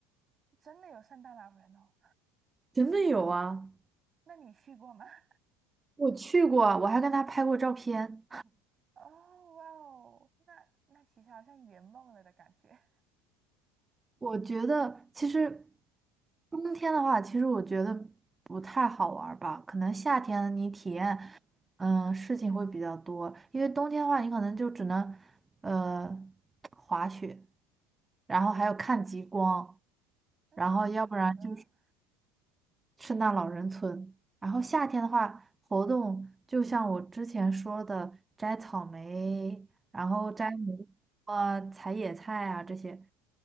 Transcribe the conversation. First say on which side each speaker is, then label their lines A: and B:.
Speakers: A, on the right; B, on the right.
A: 真的有圣诞老人哦？
B: 真的有啊，
A: <laughs> 那你去过吗？<laughs>
B: 我去过，我还跟他拍过照片。
A: 哦，哇哦，那那其实好像圆梦了的感觉。
B: 我觉得其实冬天的话，其实我觉得不太好玩儿吧。可能夏天你体验，
A: 嗯
B: 嗯、事情会比较多。因为冬天的话，你可能就只能，呃，滑雪，然后还有看极光，
A: 对，嗯，
B: 然后要不然就是
A: 挺好的
B: 圣诞老人村。然后夏天的话，活动就像我之前说的，摘草莓，
A: 哦
B: 然后摘蘑，啊采野菜啊这些。